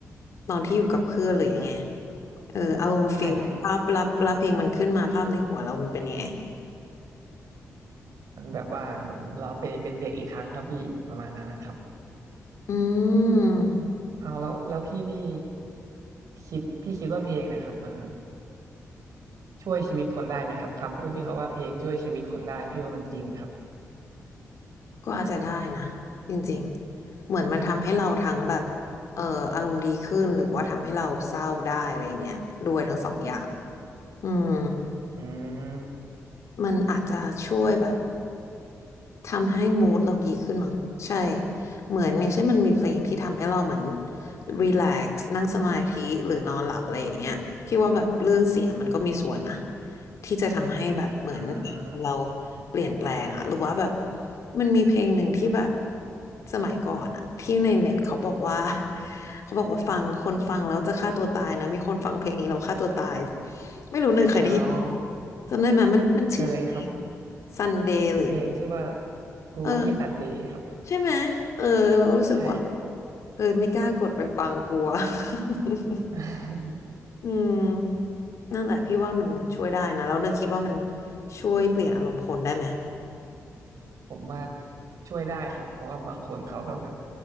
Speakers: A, on the left; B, on the right.
A: ตอนที่อยู่กับเพื่อนหรือยังไง เอออารมณ์ฟิลภาพรับรับเพลงมันขึ้นมาภาพในหัวเรามันเป็นยังไง
B: ใช่ครับมันแบบว่าเหมือนเราไปเป็นเด็กอีกครั้งครับพี่ประมาณนั้นนะครับ
A: อืม
B: เอาแล้วแล้วพี่นี่คิดพี่คิดว่าเพลงเนะครับมันช่วยชีวิตคนได้ไหมครับคำพูดที่เขาว่าเพลงช่วยชีวิตคนได้พี่ว่ามันจริงนะครับ
A: ก็อาจจะได้นะจริงๆเหมือนมันทำให้เราทั้งแบบเอ่ออารมณ์ดีขึ้นหรือว่าทำให้เราเศร้าได้อะไรเงี้ยด้วยทั้งสองอย่างอืม
B: อืม
A: มันอาจจะช่วยแบบ ทำให้มู d เราดีขึ้นมั้งใช่เหมือนอย่างเช่นมันมีเพลงที่ทำให้เราเหมือนรีแลกซ์นั่งสมาธิหรือนอนหลับอะไรอย่างเงี้ยพี่ว่าแบบเรื่องเสียงมันก็มีส่วนนะที่จะทำให้แบบเหมือน
B: อ่
A: เรา
B: า
A: เปลี่ยนแปลงอะหรือว่าแบบมันมีเพลงหนึ่งที่แบบสมัยก่อนอะที่ในเน็ตเขาบอกว่า <laughs> เขาบอกว่าฟังคนฟังแล้วจะฆ่าตัวตายนะมีคนฟังเพลงนี้แล้วฆ่าตัวตายไม่รู้เนยเคยได้ยิน
B: เอา
A: จำได้ไหมมันมันชื่อเพลง
B: เคยครับ
A: Sunday
B: มันเพลงชื่อว่า
A: หรือ
B: Gloomy
A: เออ
B: Sunday ครับ
A: ใช่ไหมเออเราก็รู้สึกว่า
B: ใช่ครับ
A: เฮ้ยไม่กล้ากดไปฟังกลัว <laughs>
B: <laughs>
A: อืมนั่นแหละพี่ว่ามันช่วยได้นะแล้วเนยคิดว่ามันช่วยเปลี่ยนอารมณ์คนได้ไหม
B: ผมว่าช่วยได้ครับเพราะว่าบางคนเขาก็แบบ